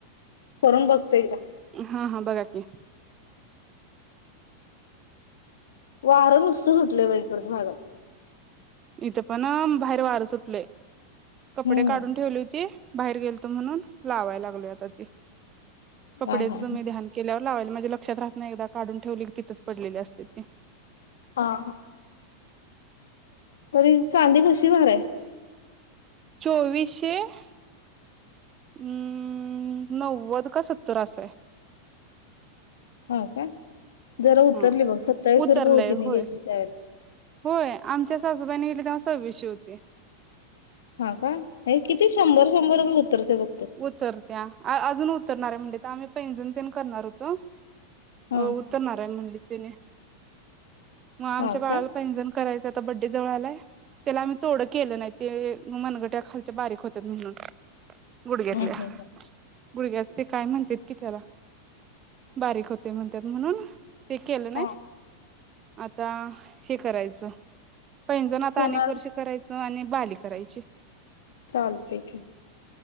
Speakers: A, on the left; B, on the right.
A: करूंन बघतो एकदा.
B: हां हां बघा की.
A: वार नुसतं सुटलंय बाई इकडच्या भागात.
B: इथं पण अ भाहेर वार सुटलंय. कपडे
A: हम्म
B: काढून ठेवली होती. भाहेर गेलतोय म्हणून लावाया लागलो आता ते. कपड्याचई
A: हा हा
B: तुम्ही ध्यान केल्यावर लावल माझ्या लक्षात राहत नाई, एकदा काढून ठेवली तिथंच पडलेली असते ती.
A: हां. <unintelligible> चांदी कशी भार हाय?
B: चोवीसशे हम्म नव्वद का सत्तर अस हाय.
A: होय काय? जरा उतरली
B: हा
A: बघ सत्तावीसशे
B: उतरलंय
A: रुपये होती. मी
B: होय
A: घेतली त्यावेळेला.
B: होय आमच्या सासूबाईंनी घेतली तेव्हा सव्वीशे होती.
A: हा काय नाही, किती शंभर शंभर रूपय उतरतय फक्त.
B: उतरत्या अजून उतरणार आहे म्हणलेत आम्हीं पैजन तेन करणार होतो. अ
A: हा
B: उतरनार. म्हणलीत तेनी. म आमच्या
A: हा
B: बाळाला
A: का
B: पैजण? करायच आता बडडे जवळ आलाय. त्याला आम्ही तोड केलं नाहीत, ते मनगट्या खालच्या बारीक होत्यात म्हणून. गुडघ्यातल्या.
A: हम्म हम्म हम्म
B: गुडघ्यात ते काय म्हणतेत की त्याला. बारीक होते म्हणत्यात म्हणून. ते केल नाय?
A: हा
B: आता हे करायचं. पैंजण आता
A: सोनार
B: अनेक वर्षी करायचं. आणि बाली करायची.
A: चालतेय की